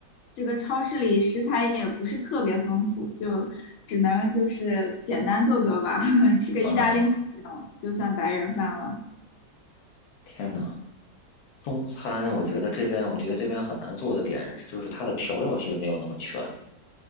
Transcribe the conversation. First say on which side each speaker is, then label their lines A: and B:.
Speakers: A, on the left; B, on the left.
A: 这个超市里食材也不是特别丰富，就只能就是简单做做吧，<laughs> 吃个意大利面这种就算白人饭了。
B: 啊，天呐，中餐我觉得这边我觉得这边很难做的点就是它的调料其实没有那么全。